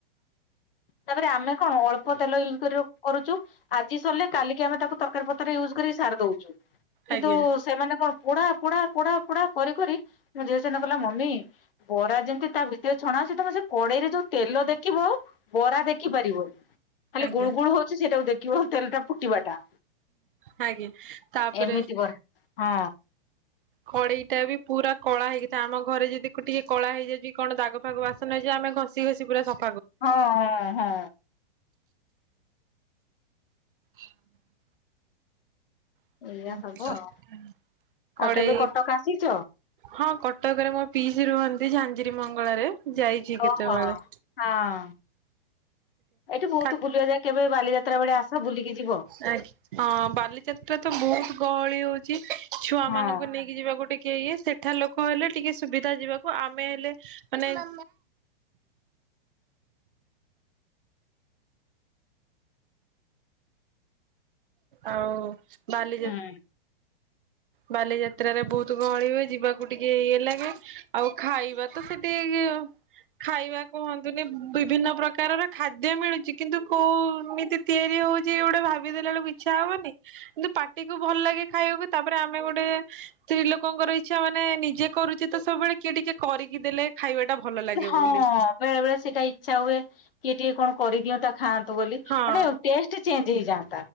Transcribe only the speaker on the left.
ତାପରେ ଆମେ କଣ ଅଳ୍ପ ତେଲ ୟୁଜ୍ କରିବାକୁ କରୁଚୁ ଆଜି ସରିଲେ କାଲିକି ଆମେ ତାକୁ ତରକାରୀ ପତ୍ର ରେ ୟୁଜ୍ କରିକି ସାରି ଦୋଉଚୁ କିନ୍ତୁ
ସେମାନେ କଣ ପୋଡା ପୋଡା ପୋଡା ପୋଡା କରି କରି ମୋ ଝିଅ ସେଦିନ କହିଲା ମମି ବରା ଯେମିତି ତା ଭିତରେ ଛଣା ହୋଉଛି ତମେ ସେ କଡେଇରେ ଯୋଉ ତେଲ ଦେଖିବ ବରା ଦେଖି ପାରିବନି ଖାଲି
ଗୁଳ ଗୁଳ ହୋଉଛି ସେଇଟାକୁ ଦେଖିବ ତେଲଟା ଫୁଟିବାଟା।
ଏମିତି ବରା ହଁ।
ହଁ ହଁ ହଁ।
ଏଇଆ ସବୁ ଆଉ
ଆଉ କେବେ କଟକ ଆସିଛ
ଓହୋ
ହଁ ଏଇଠି ବହୁତ
ବୁଲିବା ଯାଏ କେବେ ବାଲିଯାତ୍ରା ବେଳେ ଆସ ବୁଲିକି ଯିବ।
ହଁ।
ହୁଁ
ହଁ
ବେଳେ ବେଳେ ସେଇଟା ଇଚ୍ଛା ହୁଏ କିଏ ଟିକେ କଣ କରିଦିଅନ୍ତା ଖାଆ ବୋଲି ମାନେ
ଟଷ୍ଟ ଚେଞ୍ଜ ହେଇଯାଆ